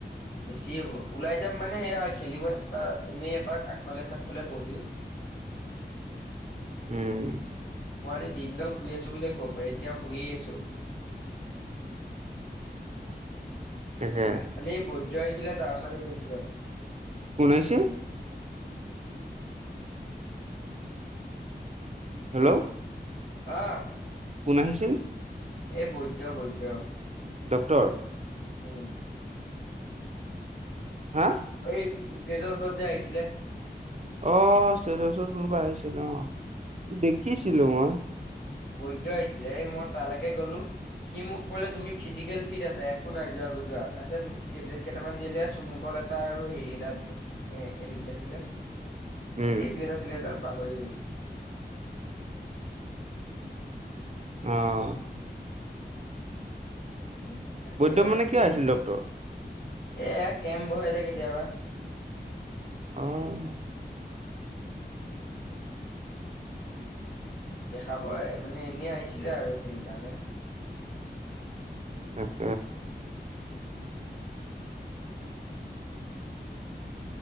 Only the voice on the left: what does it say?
বেছি হ'ব ওলাই যাম মানে সেয়া খেলিব এনেই এবাক আগফালে চাইফালে বহিম <inaudible>
মই আজি দিনডাল শুই আছো বুলিয়ে কব পাৰি এতিয়া শুইয়ে আছো <inaudible>
কালি এই বৈদ্য আহিছিলে তাৰ আওচতে গৈছিল আ
আহ
এ বৈদ্য বৈদ্য
উম
এই ষ্টেটৰ ওচৰত যে আহিছিলে
বৈধ আহিছিলে মই তালৈকে গ'লো সি মোক কলে তুমি ফিজিকেল ফিট আছে। একো নাই, যোৱাগৈ যোৱা। তাৰপিছত টেবলেট কেটামান দিলে আৰু চুমুকল এটা আৰু হেৰি এটা এ', এইটো কি আছিলে?
কি টেবলেট আছিল এইডাল পাহৰিয়ে গ'লোঁ।
উম'। তাকে
এয়া কেম্প বহাই যে কেতিয়াবা
দেখাব মানে এনেই আহিছিলে আৰু সেই কাৰণে